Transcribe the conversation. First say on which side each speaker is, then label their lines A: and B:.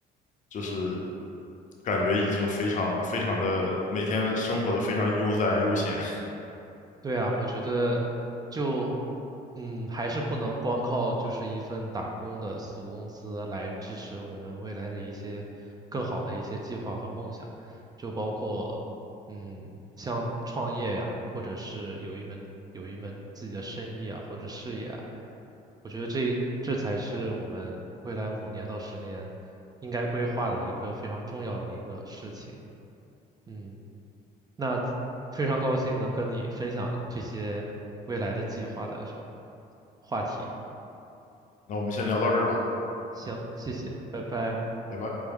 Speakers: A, on the left; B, on the right.
A: 就是感觉已经非常非常的每天生活的非常悠哉悠闲。
B: 对啊，我觉得就，嗯，还是不能光靠就是一份打工的死工资来支持我们未来的一些更好的一些计划和梦想，就包括，嗯，像创业呀，或者是有一门有一门自己的生意啊，或者事业啊，我觉得这这才是我们未来五年到十年应该规划的一个非常重要的一个事情。嗯。那非常高兴能跟你分享这些未来的计划的话题。
A: 那我们先聊到这儿吧，
B: 行，谢谢，拜拜。
A: 拜拜。